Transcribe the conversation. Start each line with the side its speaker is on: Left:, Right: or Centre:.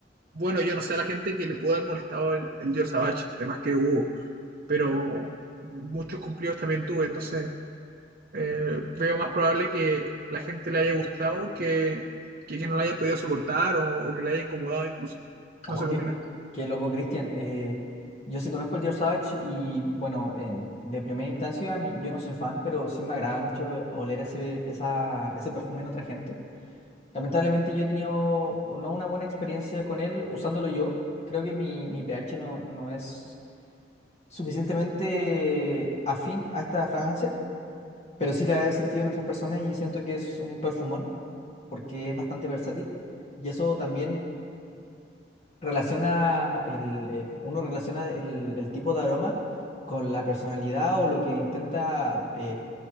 Right: bueno, yo no sé a la gente que le pudo haber molestado el, el George Savage, de más que hubo, pero muchos cumplidos también tuve, entonces eh, veo más probable que la gente le haya gustado que, que, que no la haya podido soportar o, o que le haya incomodado incluso.
Left: Ojo,
Right: No sé qué
Left: qué,
Right: opinas.
Left: qué loco, Cristian. Eh, yo sí conozco el George Savage y bueno, en- de primera instancia mi- yo no soy fan, pero sí me agrada mucho oler ese, esa, ese perfume en otra gente. Lamentablemente yo he tenido no una buena experiencia con él usándolo yo. Creo que mi, mi pH no, no es suficientemente afín a esta fragancia, pero sí la he sentido en otras personas y siento que es un perfumón porque es bastante versátil. Y eso también relaciona el, el- uno relaciona el, el tipo de aroma con la personalidad o lo que intenta eh,